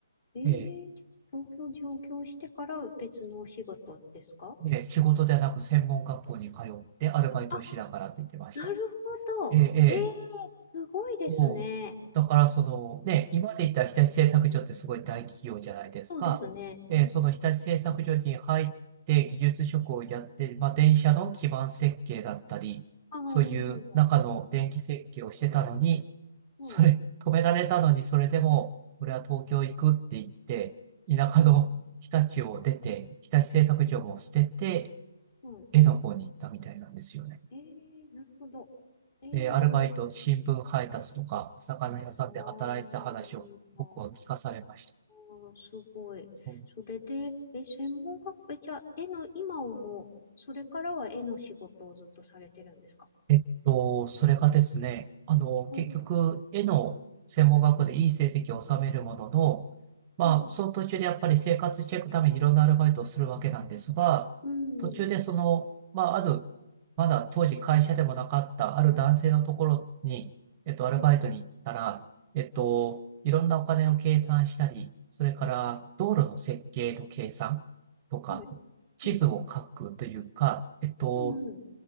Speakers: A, on the left; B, on the right.
A: ええ、
B: えー
A: 東京上京してから別のお仕事ですか
B: で、仕事ではなく専門学校に通ってアルバイトをしながらって言ってました。
A: あ、なるほど。
B: えええ
A: ええ、すごいですね。
B: もう、だからそのね、今まで言った日立製作所ってすごい大企業じゃないですか。
A: そうですね。
B: で、
A: うん。
B: その日立製作所に入って技術職をやって、まあ、電車の基盤設計だったり、
A: ああ、
B: そういう中の電気設計をしてたのに、
A: なるほど。はい。
B: それ、止められたのに、それでも、俺は東京行くって言って、田舎の日立を出て、
A: うん。
B: 日立製作所も捨てて、
A: はい。
B: 絵の方に行ったみたいなんですよね。
A: えー、なるほど。絵の、
B: で、アルバイト、新聞配達とか、お魚屋さんで働いてた話を僕は聞かされまし
A: あーあー、すごい。
B: た。
A: それで、え、専門学校、え、じゃあ、絵の今をもう、それからは絵の仕事をずっとされてるんですか
B: えっと、それがですね、あの、
A: はい。
B: 結局、絵の専門学校でいい成績を収めるものの、まあ、
A: うん。
B: その途中でやっぱり生活していくためにいろんなアルバイトをするわけなんですが、
A: うん。
B: 途中でその、まあ、ある、まだ当時会社でもなかったある男性のところに、えっと、アルバイトに行ったら、
A: うん。
B: えっと、いろんなお金を計算したり、それから道路の設計と計算とか、
A: はい。
B: 地図を書くというか、
A: うん。
B: えっと、
A: うん。うん